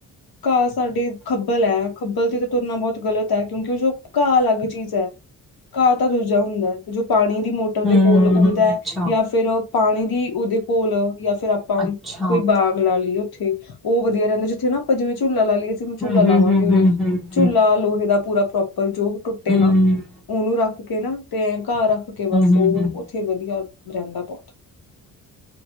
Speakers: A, on the left; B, in the centre.
A: ਘਾਹ ਸਾਡੇ ਖੱਬਲ ਹੈ ਖੱਬਲ ਚ ਤਾਂ ਤੁਰਨਾ ਬਹੁਤ ਗ਼ਲਤ ਹੈ ਕਿਉਂਕਿ ਉਹ ਘਾਹ ਅਲੱਗ ਚੀਜ਼ ਹੈ ਘਾਹ ਤਾਂ ਦੂਜਾ ਹੁੰਦਾ ਹੈ ਜੋ ਪਾਣੀ ਦੀ ਮੋਟਰ ਦੇ
B: ਹੂੰ,
A: ਕੋਲ ਉੱਗਦਾ
B: ਹੂੰ,
A: ਹੈ
B: ਅੱਛਾ,
A: ਜਾਂ ਫਿਰ ਪਾਣੀ ਦੀ ਉਹਦੇ ਕੋਲ ਜਾਂ ਫੇਿਰ ਆਪਾਂ
B: ਅੱਛਾ।
A: ਕੋਈ
B: ਹੂੰ,
A: ਬਾਗ਼ ਲਾ ਲਈਏ ਉੱਥੇ ਉਹ ਵਧੀਆ ਰਹਿੰਦਾ ਜਿੱਥੇ ਨਾ ਆਪਾਂ ਜਿਵੇਂ ਝੂਲਾ ਲਾ ਲਈਏਸੀਂ ਹੁਣ ਝੂੱਲਾ
B: ਹੂੰ,
A: ਲਾਵਾਂਗੇ
B: ਹੂੰ,
A: ਉਰੇ
B: ਹੂੰ, ਹੂੰ, ਹੂੰ,
A: ਝੂਲਾ
B: ਹੂੰ।
A: ਲੋਹੇ ਦਾ ਪੂਰਾ ਉਪਰ ਜੋ ਟੁੱਟੇ
B: ਹੂੰ,
A: ਨਾ ਉਹਨੂੰ ਰੱਖ ਕੇ ਨਾ ਤੇ ਘਰ ਰੱਖ ਕੇ ਬਸ
B: ਹੂੰ,
A: ਉਹ
B: ਹੂੰ,
A: ਉੱਥੇ ਵਧੀਆ ਰਹਿੰਦਾ ਬਹੁਤ